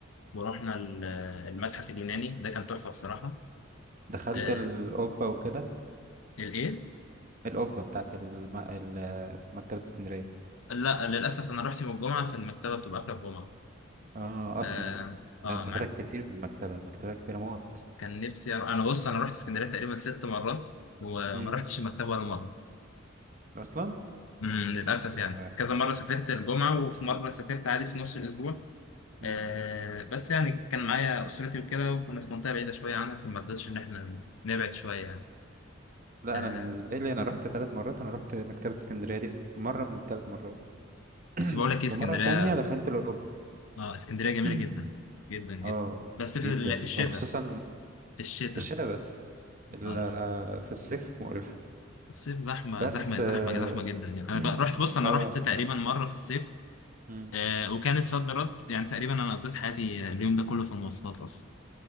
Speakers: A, on the left (about 85°); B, on the right (about 40°).
A: ورحنا ال- آه، المتحف اليوناني ده كان تحفه بصراحه
B: دخلت
A: آه
B: القبة وكده
A: الايه
B: القبة بتاعت الم... ال- مكتبة اسكندرية
A: لا للاسف انا رحت يوم الجمعه فالمكتبه بتبقى قافله الجمعه
B: اه اصلا
A: اه
B: ده
A: آه،
B: انت
A: معاك
B: فاتك كتير في المكتبة المكتبة كبيرة موت
A: كان نفسي أروح. انا بص انا رحت اسكندريه تقريبا ست مرات وما
B: مم.
A: رحتش المكتبه ولا مره
B: اصلا
A: امم للاسف يعني
B: آه.
A: كذا مره سافرت الجمعه وفي مره سافرت عادي في نص الاسبوع
B: مم.
A: آه بس يعني كان معايا اسرتي وكده وكنا في منطقه بعيده شويه عنها فما رضيتش ان احنا نبعد شويه يعني
B: لا
A: آه
B: انا بالنسبة لي انا رحت ثلاث مرات انا رحت مكتبة اسكندرية دي في مرة من الثلاث مرات <clears throat>
A: بس بقول لك ايه اسكندريه
B: ومرة تانية دخلت القبة
A: اه اسكندريه جميله
B: <clears throat>
A: جدا جدا جدا
B: اه
A: بس في
B: جدا
A: ال- في الشتاء
B: وخصوصا
A: في الشتاء
B: في الشتاء بس ال-
A: اه
B: آه،
A: الس-
B: في الصيف مقرفة
A: الصيف زحمه
B: بس
A: زحمه
B: اه
A: زحمه زحمه جدا يعني انا
B: <clears throat>
A: بقى- رحت بص انا
B: آه،
A: رحت تقريبا مره في الصيف
B: مم.
A: آه وكانت صد رد يعني تقريبا انا قضيت حياتي آه، اليوم ده كله في المواصلات اصلا